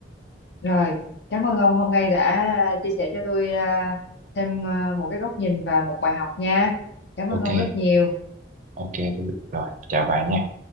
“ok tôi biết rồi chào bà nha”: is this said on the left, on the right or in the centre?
Right